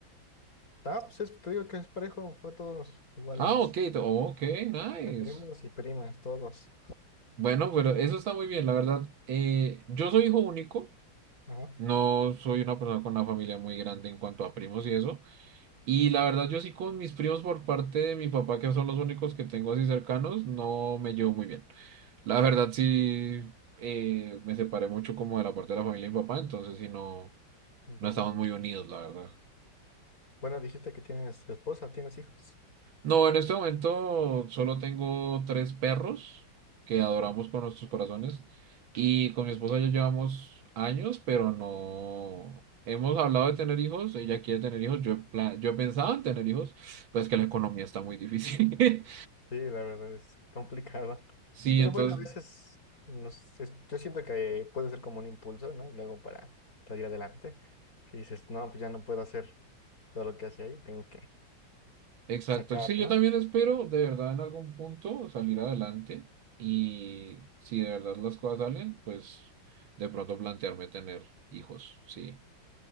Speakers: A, on the left (about 45°); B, on the right (about 80°).
A: Ah, pues es- te digo que es parejo, fue todos iguales.
B: Ah, ok, t- ok, nice.
A: Fue primos y primas, todos.
B: Bueno, pero eso está muy bien, la verdad. Eh, yo soy hijo único.
A: Ajá.
B: No soy una persona con una familia muy grande en cuanto a primos y eso. Y la verdad, yo sí con mis primos por parte de mi papá, que son los únicos que tengo así cercanos, no me llevo muy bien. La verdad, sí, eh, me separé mucho como de la parte de la familia de mi papá, entonces sí, no, no
A: ya,
B: estamos
A: ya, ya.
B: muy unidos, la verdad.
A: Bueno, dijiste que tienes esposa, tienes hijos.
B: No, en este momento solo tengo tres perros que adoramos con nuestros corazones y con mi esposa ya llevamos años, pero no hemos hablado de tener hijos, ella quiere tener hijos, yo he, pla- yo he pensado en tener hijos, pues que la economía está muy difícil. <laughs>
A: Sí, la verdad es complicado.
B: Sí,
A: Pero
B: entonces,
A: bueno, a veces nos, es- yo siento que puede ser como un impulso, ¿no? Luego para salir adelante, que dices, no, pues ya no puedo hacer todo lo que hace ahí, tengo que
B: exacto.
A: sacar,
B: Sí,
A: ¿no?
B: yo también espero de verdad en algún punto salir adelante y si de verdad las cosas salen, pues de pronto plantearme tener hijos, sí.